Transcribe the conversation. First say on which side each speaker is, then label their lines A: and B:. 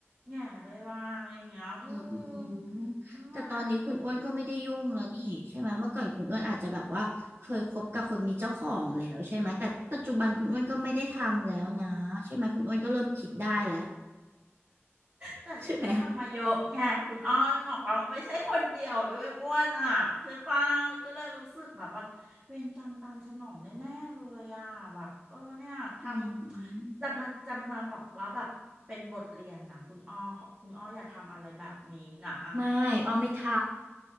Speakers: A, on the right (about 30°); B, on the right (about 80°).
A: แง่เลยว่าอะไรอย่างเงี้ยอืม
B: อืมแต่ตอนนี้คุณอ้วนก็ไม่ได้ยุ่งแล้วนี่ใช่ไหมเมื่อก่อนคุณอ้วนอาจจะแบบว่าเคยคบกับคนมีเจ้าของแล้วใช่ไหมแต่ปัจจุบันคุณอ้วนก็ไม่ได้ทำแล้วนะใช่ไหมคุณอ้วนก็เริ่มคิดได้แล้ว
A: น่า แต่ก็ทำมาเยอะไงคุณอ้อนึกออกปะมันไม่ใช่คนเดียวด้วยอ้วนอ่ะใช่ปะก็เลยรู้สึกแบบว่าเวรกรรมตามสนองแน่ๆเลยอ่ะแบบเออเนี่ยท
B: ใช่ไหมอื
A: ำจะมาจะมาบอกว่าแบบเป็นบทเรียนนะคุณอ้อคุณอ้ออย่าทำอะไรแบบนี้นะ
B: มไม่อ้อไม่ท
A: อืม